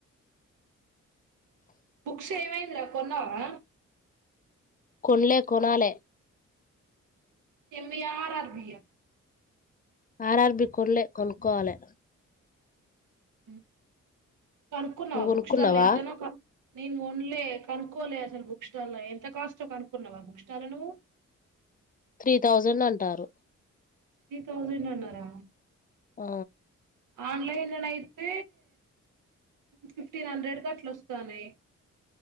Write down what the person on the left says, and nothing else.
కొన్లే, కొనాలే.
ఆర్ ఆర్ బి కోన్లే కొనుక్కోవాలే.
నువ్వు కొనుక్కున్నావా
త్రీ థౌజండ్ అంటారు.
ఆ.